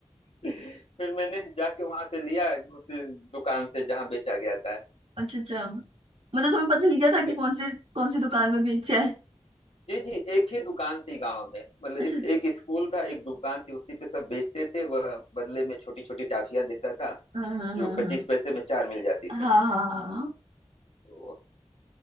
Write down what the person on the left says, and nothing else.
<laughs> फिर मैंने जाके वहां से लिया उस दुकान से जहाँ बेचा गया था
ठीक
है।
जी जी एक ही दुकान थी गांव में मतलब
इस एक स्कूल था एक दुकान थी उसी पे सब बेचते थे वह बदले में छोटी छोटी टाफियां देता था
जो
पच्चीस
पैसे में चार मिल जाती थी
तो,